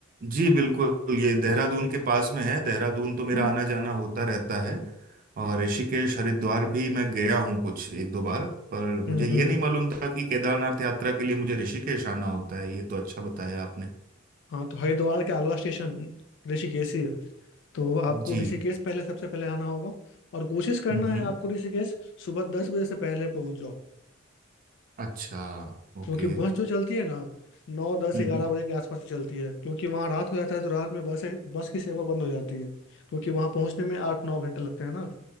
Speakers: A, on the right (about 40°); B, on the left (about 60°).
A: जी बिल्कुल ये देहरादून के पास में है देहरादून तो मेरा
B: हाँ
A: आना जाना होता रहता है और ऋषिकेश हरिद्वार भी मैं गया हूँ कुछ एक दो बार पर
B: हम्म
A: मुझे ये
B: हम्म
A: नहीं
B: हम्म
A: मालूम था कि केदारनाथ यात्रा के लिए मुझे ऋषिकेश आना होता है ये तो अच्छा बताया आपने
B: हाँ तो हरिद्वार के अगला स्टेशन ऋषिकेश ही है तो आपको
A: जी
B: ऋषिकेश पहले सबसे पहले आना होगा और कोशिश करना
A: हम्म हम्म,
B: है आपको ऋषिकेश सुबह दस बजे से पहले पहुंच जाओ
A: अच्छा ओके
B: क्योंकि बस जो चलती है ना नौ दस
A: हम्म
B: ग्यारह
A: हम्म
B: बजे के आसपास ही चलती है क्योंकि वहाँ रात हो जाता है तो रात में बस बस की सेवा बंद हो जाती है क्योंकि वहाँ पहुँचने में आठ नौ घंटे लगते हैं ना